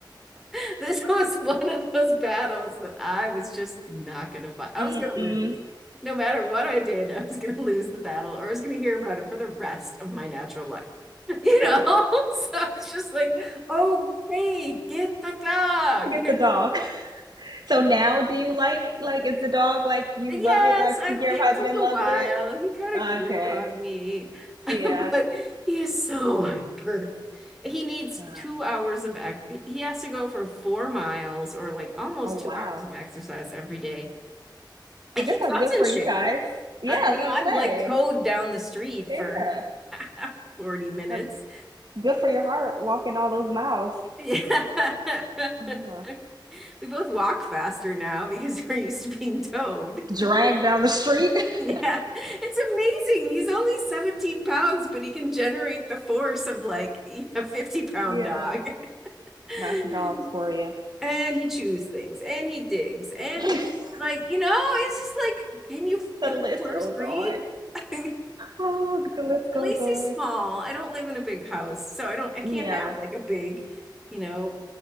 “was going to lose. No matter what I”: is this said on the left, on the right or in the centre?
Centre